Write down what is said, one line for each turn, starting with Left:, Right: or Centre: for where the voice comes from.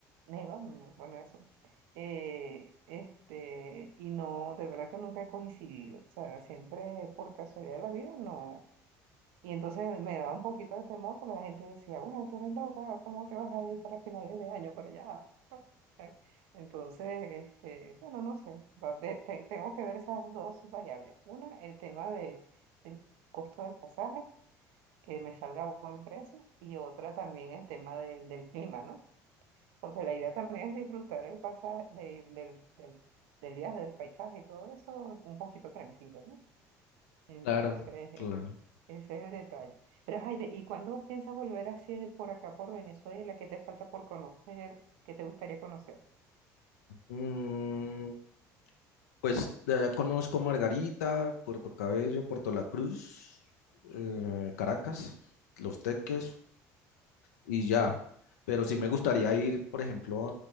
Right: neva, mm, bueno, eso. eh, este, y no, de verdad que nunca he coincidido, o sea, siempre por casualidad de la vida, no. Y entonces me daba un poquito de temor porque la gente decía, bueno, tú eres loca, ¿cómo te vas a ir para finales de año para allá? <laughs> No, ¿eh? Entonces, este, bueno, no sé, va- de- te- tengo que ver esas dos variables. Una, el tema de, del costo del pasaje, que me salga a buen precio, y otra también el tema de- del clima, ¿no? Porque la idea también es disfrutar el pasaje de- del, del, del día del paisaje y todo eso un poquito tranquilo, ¿no? Entonces,
Left: Claro.
Right: eh,
Left: Claro.
Right: ese es el detalle. Pero, Jaide, ¿y cuándo piensas volver así por acá, por Venezuela? ¿Qué te falta por conocer? ¿Qué te gustaría conocer?
Left: Mm, Pues de allá conozco Margarita, Puerto Cabello, Puerto La Cruz, eh, Caracas, Los Teques y ya. Pero sí me gustaría ir, por ejemplo,